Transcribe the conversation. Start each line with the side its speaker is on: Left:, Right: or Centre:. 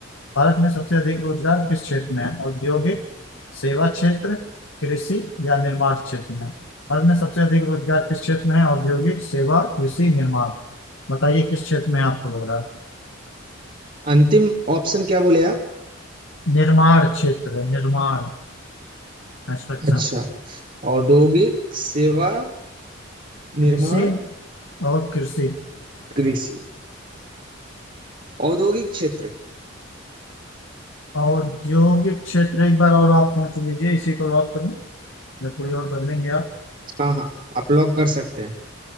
Left: भारत में सबसे अधिक रोजगार किस क्षेत्र में है औद्योगिक सेवा क्षेत्र कृषि या निर्माण क्षेत्र में भारत में सबसे अधिक रोजगार किस क्षेत्र में है औद्योगिक सेवा कृषि निर्माण बताइए किस क्षेत्र में आपको लग रहा है
Right: अंतिम ऑप्शन क्या बोले आप
Left: निर्माण क्षेत्र निर्माण कंस्ट्रक्शन
Right: अच्छा औद्योगिक सेवा निर्माण
Left: कृषि और कृषि
Right: कृषि औद्योगिक क्षेत्र
Left: औद्योगिक क्षेत्र एक बार और आप सोच लीजिए इसी को लॉक करें या कोई और बदलेंगे आप
Right: हाँ हाँ आप लॉक कर सकते हैं